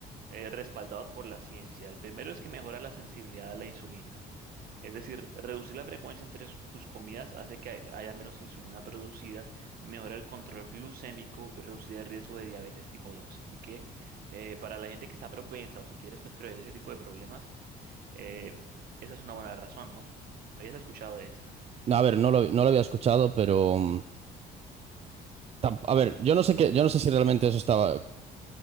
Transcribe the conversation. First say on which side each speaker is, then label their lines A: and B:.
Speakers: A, on the right; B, on the right.
A: eh, respaldados por la ciencia. El primero es que mejora la sensibilidad a la insulina. Es decir, reducir la frecuencia entre s- tus comidas hace que hay- haya menos insulina producida y mejora el control glucémico y reducir el riesgo de diabetes tipo 2. Así que eh, para la gente que está propensa o si quieres pues prevenir ese tipo de problemas, eh, esa es una buena razón, ¿no? Habías escuchado de esta.
B: No, A ver, no lo, no lo había escuchado, pero mm, tam- a ver, yo no sé qué, yo no sé si realmente eso estaba